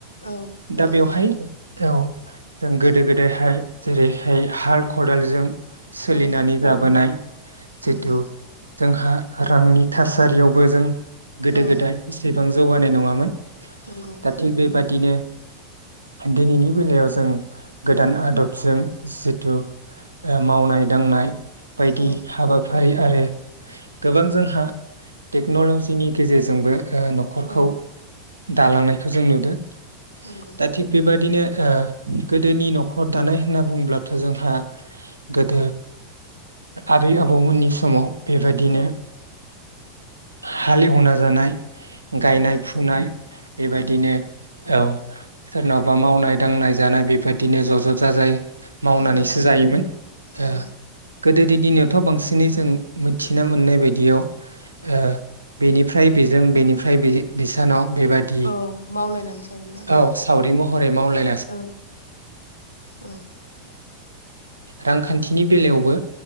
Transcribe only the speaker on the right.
दा
बेवहाय औ जों गोदो गोदायहाय जेरैहाय हाल खदालजों सोलिनानै
जाबोनाय जिथु
जोंहा रांनि थासारियावबो जों गोदो
गोदाय एसे गोबां जौगानाय नङामोन
दा थिग बेबादिनो दिनैनि बेलायाव जों गोदान आदबजों जिथु मावनाय दांनाय बायदि
हाबाफारि आरो गोबां जोंहा टेक्नलजिनि गेजेरजोंबो ओ न'खरखौ
दालांनायखौ जों नुदों
दा थिक बेबादिनो ओ गोदोनि न'खर दानाय होनना बुंब्लाथ' जोंहा गोदो आबै आबौमोननि समाव बेबायदिनो
हालेवना जानाय गायनाय
फुनाय बेबायदिनो
औ। सोरनावबा मावनाय दांनाय जानाय बेबायदिनो ज'-ज' जाजाय। मावनानैसो
जायोमोन
ओ गोदोनि दिनयावथ' बांसिनै जों। मिथिना मोननाय बायदियाव ओ बेनिफ्राय बेजों बेनिफ्राय बिसानाव। बेबादि
औ सावरि महरै मावलाय
रांखान्थिनि बेलायावबो।